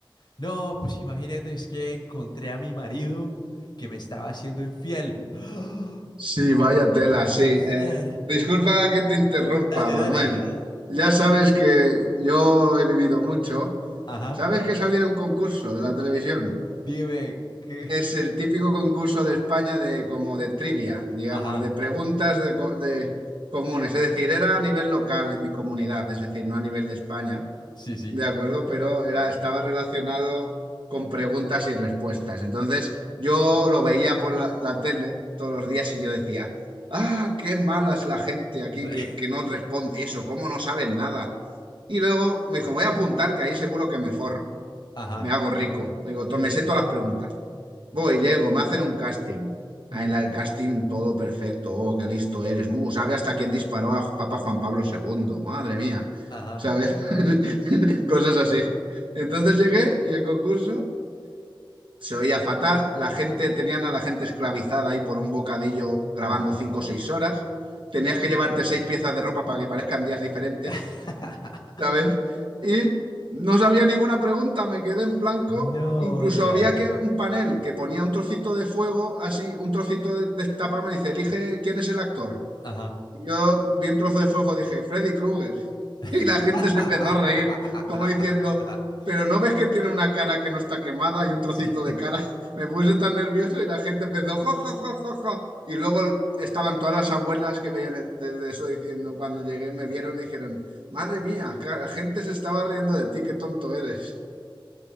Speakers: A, on the left; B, on the right.
A: No, pues imagínate, es que encontré a mi marido que me estaba haciendo infiel. <gasps> ¡Ah!
B: Sí,
A: No
B: vaya tela,
A: puede
B: sí.
A: ser.
B: Eh, disculpa que te interrumpa,
A: Dale,
B: Manuel.
A: dale.
B: Ya sabes que yo he vivido mucho.
A: Ajá.
B: ¿Sabes que salí en un concurso de la televisión?
A: Dime qué.
B: Es el típico concurso de España de como de trivia, digamos,
A: Ajá.
B: de preguntas de, co- de comunes. Es decir, era a nivel local en mi comunidad, es decir, no a nivel de España,
A: Sí, sí.
B: ¿de acuerdo? Pero era, estaba relacionado con preguntas y respuestas. Entonces, yo lo veía por la, la tele todos los días y yo decía, ah, qué mala es la gente aquí
A: Sí.
B: que,
A: <laughs>
B: que no responde eso, cómo no saben nada. Y luego me dijo, voy a apuntar que ahí seguro que me forro,
A: Ajá.
B: me hago rico. Digo,
A: Sí,
B: to- me
A: sí.
B: sé todas las preguntas. Voy, llego, me hacen un casting. Ah,
A: Ujú.
B: En la del casting todo perfecto. Oh, qué listo eres. Mu, sabe hasta quién disparó a Papa Juan Pablo segundo Madre mía.
A: Ajá.
B: ¿Sabes? <laughs> Cosas así. Entonces llegué y el concurso se oía fatal. La gente, tenían a la gente esclavizada ahí por un bocadillo grabando
A: Uf.
B: cinco o seis horas. Tenías que llevarte seis piezas de ropa para que parezcan días diferentes.
A: <laughs>
B: ¿sabes? Y no sabía ninguna pregunta, me quedé en blanco.
A: No
B: Incluso
A: digas.
B: había que un panel que ponía un trocito de fuego, así, un trocito de, de tapa, me dice, elige quién es el actor.
A: Ajá.
B: Yo vi un trozo de fuego, dije, Freddy Krueger. <laughs>
A: <laughs>
B: Y la gente se empezó a reír, como diciendo, pero ¿no ves que tiene una cara que no está quemada y un trocito
A: Sí.
B: de cara? <laughs> Me puse tan nervioso y la gente empezó, jo, jo, jo, jo, jo". Y luego estaban todas las abuelas que veían el- desde eso diciendo, cuando llegué, me vieron y dijeron, madre mía, ca- la gente se estaba riendo de ti, qué tonto eres.